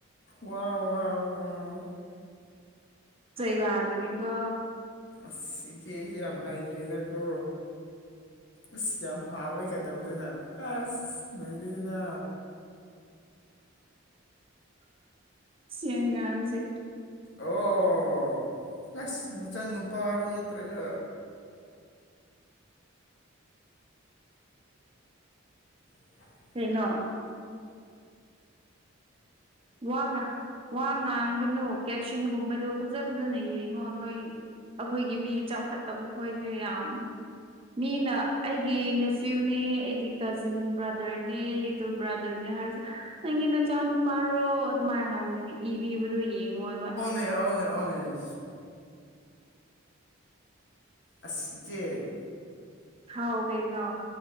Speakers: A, on the left; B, on the right.
A: ꯋꯥꯎ ꯋꯥꯎ ꯋꯥꯎ
B: ꯆꯩ ꯂꯒꯅꯤꯒꯣ
A: ꯑꯁ ꯏꯆꯦꯁꯤ ꯌꯥꯝ ꯍꯥꯏꯥꯏ ꯈꯦꯗꯀꯣ ꯑꯁ ꯌꯥꯝ ꯍꯥꯎꯋꯦ ꯀ ꯇꯧꯗꯨꯅ ꯑꯁ ꯅꯔꯤꯗꯨꯅ
B: ꯁꯦ ꯉꯔꯥꯡꯁꯦ
A: ꯑꯣ ꯑꯁ ꯅꯆꯟ ꯅꯨꯄꯥꯔꯣ ꯅꯠꯇ꯭ꯔꯒ <unintelligible>
B: ꯆꯩꯩꯅꯣ ꯋꯥ ꯉ ꯋꯥ ꯉꯥꯡꯒꯅꯨ ꯀꯦꯞꯁꯟꯒꯨꯝꯕꯗꯣ ꯐꯖ ꯐꯖꯅ ꯌꯦꯡꯉꯣ ꯅꯣꯏ ꯑꯩꯈꯣꯏꯒꯤ ꯃꯤ ꯆꯥꯎꯈꯠꯇꯕ ꯈꯣꯏꯁꯦ ꯌꯥꯝ ꯃꯤꯅ ꯑꯩꯒꯤ ꯅꯦꯐ꯭ꯤꯌꯨꯅꯦ ꯑꯩꯒꯤ ꯀꯥꯖꯤꯟ ꯕ꯭ꯔꯥꯗꯔꯅꯦ ꯂꯤꯇꯣ ꯕ꯭ꯔꯥꯗꯔꯅꯦ ꯍꯥꯏꯔꯁꯤ ꯅꯪꯒꯤ ꯅꯆꯥ ꯅꯨꯨꯄꯥꯔꯣ ꯑꯗꯨꯃꯥꯏꯅ ꯍꯪꯒꯅꯤ ꯏꯕꯤꯕꯗꯣ ꯌꯦꯡꯉꯣꯏꯕ
A: ꯑꯧꯅꯦ ꯑꯧꯅꯦ ꯑꯁꯆ
B: ꯍꯥꯎ ꯀꯩꯅ